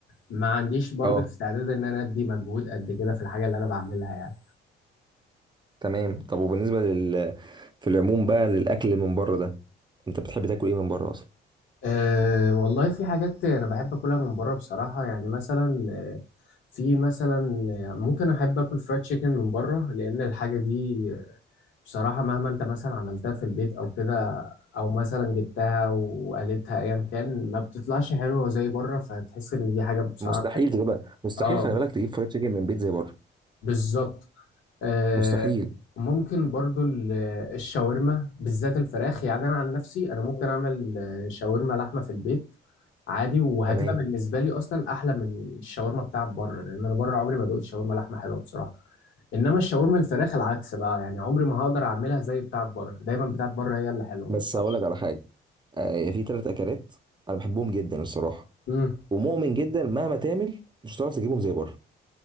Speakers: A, on the left (about 75°); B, on the right (about 20°).
A: ما عنديش برضو
B: اه
A: استعداد ان انا ادي مجهود قد كده في الحاجه اللي انا بعملها يعني
B: تمام طب وبالنسبه لل في العموم بقى للاكل من بره ده انت بتحب تاكل ايه من بره اصلا
A: أه والله في حاجات أنا بحب أكلها من بره بصراحة يعني مثلا آه، في مثلا آه، ممكن أحب آكل فرايد تشيكن من بره لأن الحاجة دي آه، بصراحة مهما أنت مثلا عملتها في البيت أو كده أو مثلا جبتها وقالتها أيا كان ما بتطلعش حلوة زي بره فتحس إن دي حاجة بصراحة
B: مستحيل تجيبها مستحيل
A: اه
B: خلي بالك تجيب فرايد تشيكن من بيت زي بره
A: بالظبط آه،
B: مستحيل
A: ممكن برضو ال- الشاورما بالذات الفراخ يعني انا عن نفسي انا ممكن اعمل آه، شاورما لحمه في البيت عادي وهتبقى
B: تمام
A: بالنسبه لي اصلا احلى من الشاورما بتاعت بره لان انا بره عمري ما دقت شاورما لحمه حلوه بصراحه انما الشاورما الفراخ العكس بقى يعني عمري ما هقدر اعملها زي بتاعت بره دايما بتاعت بره هي اللي حلوه
B: بس
A: ما تعرفش
B: هقول لك على حاجه آه، في ثلاث اكلات انا بحبهم جدا الصراحه
A: امم
B: ومؤمن جدا مهما تعمل مش هتعرف تجيبهم زي بره